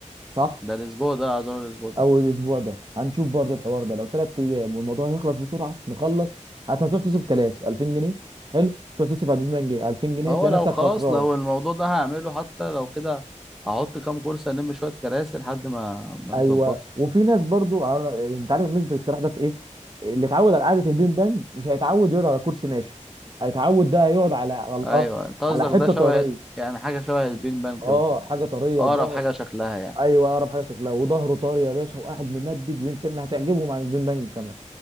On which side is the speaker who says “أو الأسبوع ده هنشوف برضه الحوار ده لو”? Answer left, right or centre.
Right